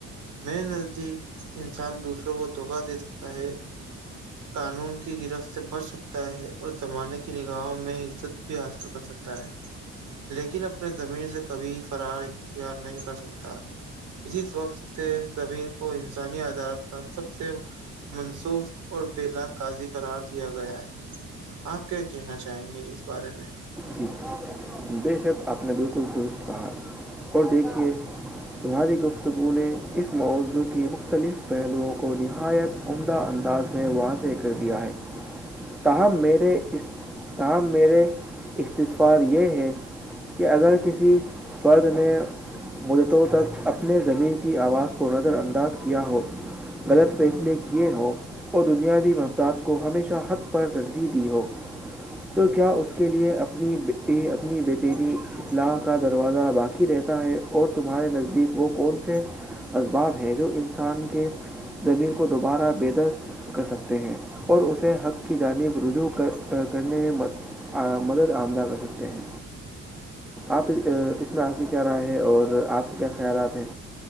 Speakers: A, on the right; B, in the centre.
A: میر نزدیک انسان دوسروں کو دھوکہ دے سکتا ہے قانون کی گرفت سے بچ سکتا ہے اور زمانے کی نگاہوں میں عزت بھی حاصل کر سکتا ہے لیکن اپنے زمین سے کبھی فرار اختیار نہیں کر سکتا اس وقت سے زمیر کو انسانی عدالت کا سب سے منصوخ اور بلا کاضی قرار دیا گیا ہے آپ کیا کہنا چاہیں گے اس بارے میں
B: جی بے شک آپ نے بالکل درست کہا اور دیکھیے تمہاری گفتگو نے اس موضوع کی مختلف پہلوؤں کو نہایت عمدہ انداز میں واضح کر دیا ہے تاہم میرے اس تاہم میرے اختسفار یہ ہیں کہ اگر کسی فرد نے مدتوں تک اپنے زمین کی آواز کو نظر انداز کیا ہو غلط فیصلے کیے ہوں اور دنیاوی مفداد کو ہمیشہ حق پر ترجیح دی ہو تو کیا اس کے لئے اپنی اپنی بیتلی اطلاق کا دروازہ باقی رہتا ہے اور تمہارے نزدیک وہ کون سے اسباب ہے جو انسان کے زمیر کو دوبارہ بےتر کر سکتے ہیں اور اسے حق کی جانب رجوع کر کرنے میں م مدد آمدہ رہ سکتے ہیں آپ اس میں آپ کی کیا رائے ہے اور آپ کے کیا خیالات ہیں